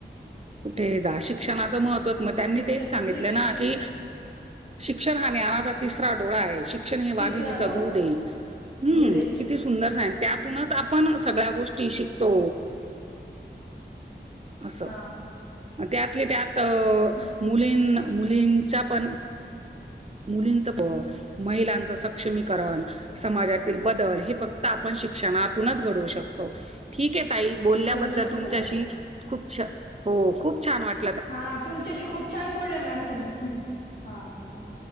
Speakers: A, on the right (about 35°); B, on the left (about 65°).
A: कुठे दशिक श्षणाच महव त्यांनी
B: शिक्षण
A: ते सांगितलं
B: शिक्षण
A: ना क शिक्षण ह तिसरा डोळा आहे शिक्षण हे
B: तिसरा
A: वाघिणीचा
B: डोळा
A: दूध आहे हम्म
B: दुधे
A: किती सुंदर सग त्यातूनच आपण सगळ्या गोष्टी शिकतो अस
B: हा
A: त्यातले त्यात
B: हम्म
A: मुलीन मुलींचा पण मुलींच प महिलांचा सक्षमी समाजातील बदल हे फक्त आपण शिक्षणातूनच घडवू शकतो ठीक आहे बल्याबद्दल
B: घडू शकतो
A: तुमच्याशी खूप खूप छान वाट
B: हा तुमच्याशी खूप छान बोललाय मॅम तुम्ही हा चाल